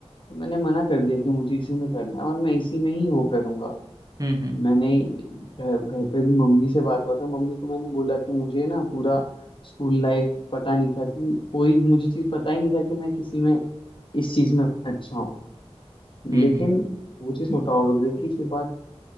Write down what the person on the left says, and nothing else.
मैंने मना कर दिया कि मुझे इसी में करना है और मैं इसी में ही वो करूंगा
मैंने घर घर पे भी मम्मी से बात हुआ तो मम्मी को मैंने बोला कि मुझे ना पूरा स्कूल लाइफ पता नहीं था कि कोई मुझे चीज पता ही नहीं था कि मैं किसी में इस चीज में अच्छा हूँ
लेकिन
वो चीज फोटोग्राफी के बाद